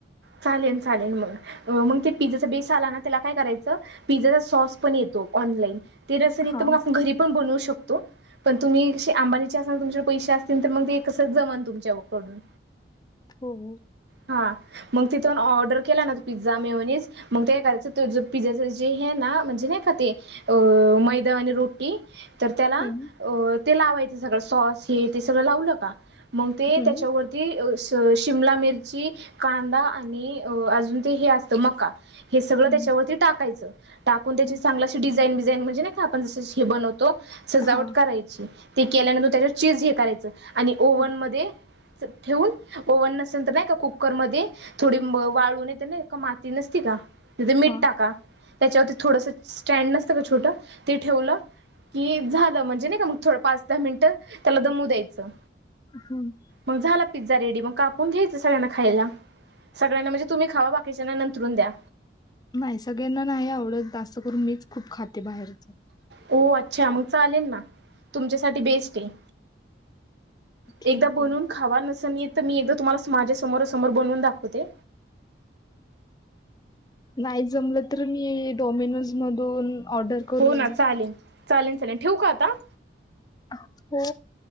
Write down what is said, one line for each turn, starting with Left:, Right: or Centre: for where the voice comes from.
Right: चालेल, चालेल मग. मग ते पिझ्झाचा बेस आला ना त्याला काय करायचं, पिझ्झाचा सॉस पण येतो ऑनलाइन. ते रसनी
Left: हां.
Right: तर मग घरी पण बनवू शकतो, पण तुम्ही आंबानीच्या सारखं पैशे असतील कर ते कसं जमन. तुमच्याकडून.
Left: हो.
Right: हा, मग तिथून ऑर्डर केला ना पिझ्झा, मैऊनीज मग ते एखाद्याच त पिझ्झाच जे हे ना, म्हणजे नाय का ते अ मैदावाणी रोटी तर त्याला
Left: हं,
Right: अ, ते लावायचं सगळं, सॉस हे ते सगळं लावलं का. मग ते
Left: हं,
Right: त्याच्यावर ती, स शिमला मिरची, कांदा आणि अजून ते हे असतं मका. हे सगळं
Left: हं,
Right: त्याच्यावरती टाकायचं, टाकून त्याची
Left: हं.
Right: चांगला डिझाईन, विझाईन म्हणजे का आपण जस हे बनवतो, सजावट
Left: हां,
Right: करायच. ते केल्यानंतर तेज्यात चीज हे करायच आणि ओव्हण
Left: हं,
Right: म ठेवून, ओव्हन नसेल तर नाही का कुकरमध्ये थोडी वाळू नाही, येते ना का माती नसती का. तिथे मीठ
Left: हां,
Right: टाका, त्याच्यावरती थोडस स्टँड नसतं का छोटं, ते ठेवलं कि झालं म्हणजे नाही का मग थोडं पाच-दहा मिनिटं त्याला दमू द्यायचं.
Left: हम्.
Right: मग झाला पिझ्झा रेडी मग कापून घ्यायचं सगळ्यांना खायला. सगळ्यांना म्हणजे तुम्ही खावा, बाकीच्याना नंतरून द्या.
Left: नाही सगळ्यांना नाही आवडत, जास्त करून मीच खूप खाते बाहेरच.
Right: हो, अच्छा मग चालेल ना, तुमच्यासाठी बेस्ट हेय.
Left: ठीक
Right: एकदा बनवून
Left: आहे,
Right: खावा नसन येत मी एकदा तुम्हाला माझ्या समोरासमोर बवून दाखवते.
Left: नाही जमलं तर मी डोमिनोज मधून ऑर्डर करून
Right: हो ना चालेल, चालेल, चालेल ठेवू का आता?
Left: हो,